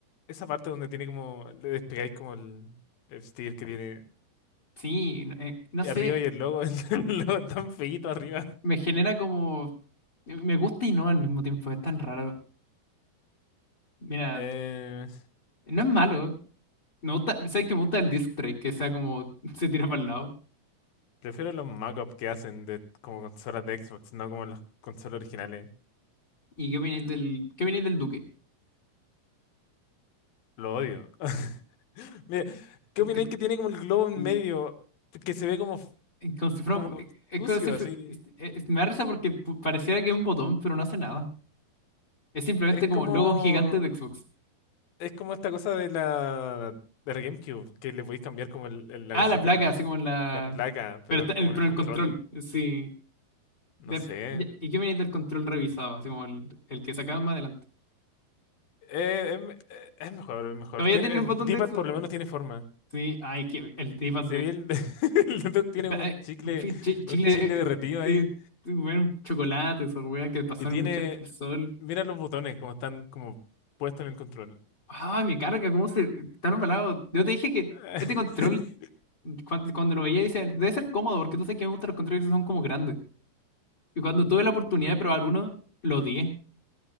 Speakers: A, on the left; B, on the left.
A: esa parte donde tiene como... Le despegáis como el... El sticker que tiene
B: sí, no eh, no sé,
A: Arriba y el logo, <laughs> el logo tan feíto arriba.
B: me genera como, me gusta y no al mismo tiempo, es tan raro. Mira,
A: Eh,
B: no es malo, me gusta, sabes que me gusta el disc track, que sea como, <laughs> se tira para el lado.
A: prefiero los mockups que hacen de como consolas de Xbox, no como los consolas originales.
B: ¿Y qué opináis del, qué opináis del Duque?
A: Lo odio. <laughs> Mira, ¿qué
B: Este,
A: opináis que tiene como el globo en
B: el-
A: medio? Que se ve como,
B: el- como si fuera,
A: como
B: un- eh, es
A: sucio,
B: como si fue-
A: así.
B: es- es- me da risa porque pu- pareciera que es un botón, pero no hace nada. Es simplemente
A: Es
B: como
A: como.
B: logo gigante de Xbox.
A: Es como esta cosa de la. de la GameCube, que le podéis cambiar como el- el- la
B: Ah,
A: cosita,
B: la placa, así como en la,
A: la placa,
B: pero
A: pero
B: está,
A: es
B: el,
A: como en
B: pero
A: el
B: el
A: control.
B: control, sí.
A: No
B: de-
A: sé.
B: ¿Y qué viene del control revisado? Así como el, el que sacaban más adelante.
A: Eh, em- eh, es mejor, es mejor.
B: ¿Todavía
A: Tiene,
B: tiene el
A: el
B: botón
A: D-pad
B: de Xbox?
A: por lo menos tiene forma.
B: Sí, ay, que el d de.
A: se ve el, <laughs> el Dentro tiene
B: está,
A: un
B: eh,
A: chicle,
B: chi- chi- Chile,
A: un chicle
B: eh, eh,
A: derretido ahí
B: eh, eh, bueno, chocolate, esa weá que pasaron
A: y tiene,
B: mucho tiempo al sol.
A: mira los botones como están como puestos en el control.
B: Ay, me carga, cómo se. Están embalados. Yo te dije que
A: <laughs>
B: este control, cuan- cuando, lo veía, dice, debe ser cómodo, porque tú sabes que me gustan los controles que son como grandes. Y cuando tuve la oportunidad de probar uno, lo odié.